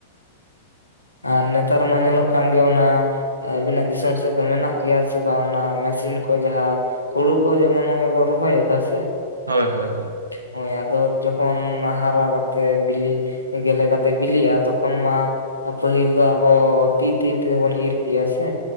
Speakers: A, on the left; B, on the right.
A: ᱟᱨ ᱱᱮᱛᱟᱨ ᱢᱟ ᱧᱮᱞᱚᱜ ᱠᱟᱱ ᱜᱮᱭᱟ ᱚᱱᱟ ᱟᱹᱵᱤᱱᱟᱜ ᱫᱤᱥᱚᱢ ᱥᱮᱫ ᱫᱚ ᱢᱮᱱᱟᱜ ᱜᱮᱭᱟ ᱥᱮ ᱵᱟᱝ ᱚᱱᱟ ᱢᱮᱥᱤᱱ ᱠᱚ ᱡᱟᱦᱟᱸ? ᱦᱩᱲᱩ ᱠᱚ ᱡᱮᱢᱚᱱ ᱦᱚᱸᱜᱚᱭ ᱵᱚᱱ ᱨᱚᱦᱚᱭ ᱮᱫᱟ ᱥᱮ
B: ᱦᱳᱭ ᱦᱳᱭ ᱦᱳᱭ
A: ᱦᱳᱭ ᱟᱫᱚ ᱡᱚᱠᱷᱚᱱ ᱦᱟᱨᱟ ᱠᱟᱛᱮ ᱵᱤᱞᱤ ᱜᱮᱞᱮ ᱠᱟᱛᱮᱜ ᱵᱤᱞᱤᱜ-ᱟ ᱛᱚᱠᱷᱚᱱ ᱢᱟ ᱯᱟᱹᱦᱤᱞ ᱫᱚ ᱟᱵᱚ ᱛᱤ ᱛᱤ ᱛᱮᱵᱚᱱ ᱤᱨ ᱜᱮᱭᱟ ᱥᱮ?